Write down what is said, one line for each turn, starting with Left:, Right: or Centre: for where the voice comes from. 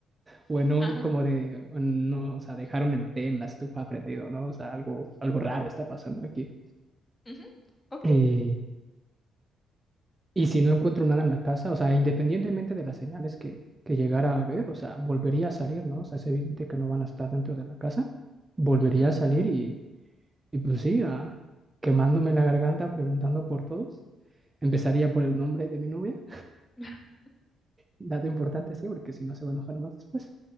Right: O en un
Left: Ajá.
Right: como de, no, o sea, dejaron el té en la estufa prendido, ¿no? O sea, algo, algo raro está pasando aquí.
Left: ujú, Ok.
Right: Eh, y si no encuentro nada en la casa, o sea, independientemente de las señales que, que llegara a ver, o sea, volvería a salir, ¿no? O sea, es evidente que no van a estar dentro de la casa volvería
Left: ujú.
Right: a salir y, Y pues sí, ah, quemándome la garganta preguntando por todos. Empezaría por el nombre de mi novia,
Left: <laughs>
Right: dato importante, sí, porque si no se va a enojar más después.